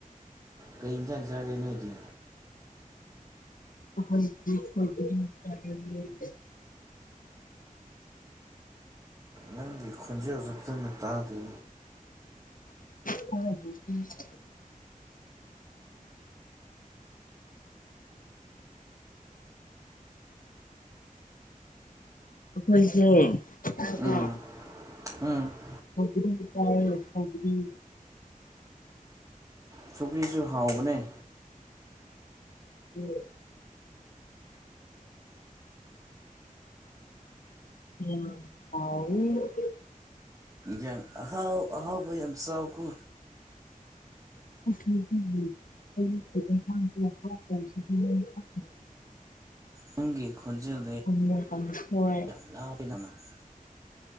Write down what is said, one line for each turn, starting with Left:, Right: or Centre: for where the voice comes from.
Right: ꯀꯩ ꯍꯤꯟꯖꯥꯡ ꯆꯥꯔꯦ ꯅꯣꯏꯗꯤ
Left: <unintelligible> <inaudible>
Right: ꯅꯪꯒꯤ ꯈꯣꯟꯖꯦꯜꯖꯨ ꯐꯖꯟꯅ ꯇꯥꯗ꯭ꯔꯦ
Left: ꯊꯥꯖ <inaudible> <unintelligible> ꯑꯩꯈꯣꯏꯁꯦ <inaudible>
Right: ꯎꯝ ꯎꯝ <unintelligible> <inaudible>
Left: ꯁꯒ ꯇ ꯁꯒꯔꯤ <unintelligible> <inaudible>
Right: ꯁꯒ꯭ꯔꯤꯁꯨ ꯍꯥꯎꯕꯅꯦ
Left: ꯎꯝ <unintelligible> <inaudible> ꯎꯝ ꯍꯥꯎ
Right: ꯌꯥꯪ ꯑꯍꯥꯎ ꯑꯍꯥꯎꯕ ꯌꯥꯝ ꯆꯥꯎꯀꯣ
Left: <unintelligible> <inaudible>
Right: ꯅꯪꯒꯤ ꯈꯣꯟꯖꯦꯜꯗ
Left: ꯈꯪ ꯀꯥꯡꯁꯣꯏ
Right: ꯌꯥꯝ ꯂ ꯄ ꯅꯅ <inaudible>